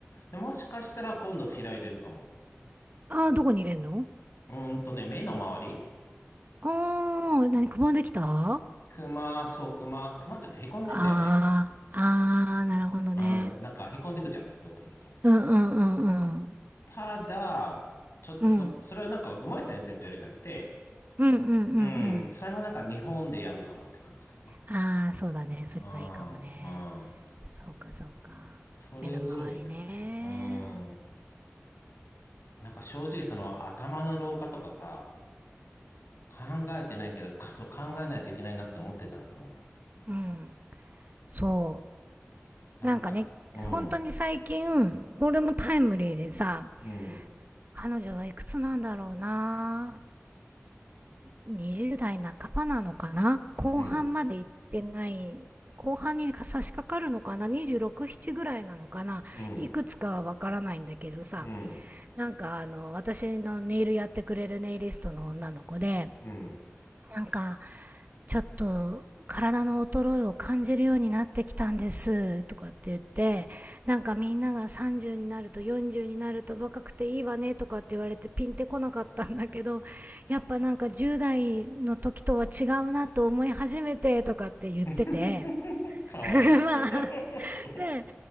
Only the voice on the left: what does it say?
で、もしかしたら今度フィラ入れるかも。
うーんとね、目の周り。
クマ、そう、クマ。クマっていうか、へこんでんだよね。
うん、なんかへこんでくじゃん、老化すると。
ただ、ちょっとそ、
それはなんか上手い先生とやりたくて、
うん、それはなんか日本でやるかもって感じかな。
うん、うん。
それぐらいだね。
うん。なんか正直その頭の老化とかさ、考えてないけど、かそう考えないといけないなって思ってたの、この前。
なんか、
うん、
うん、
うん、
うん、うん、
うん。
<laughs> かわいい。
<laughs>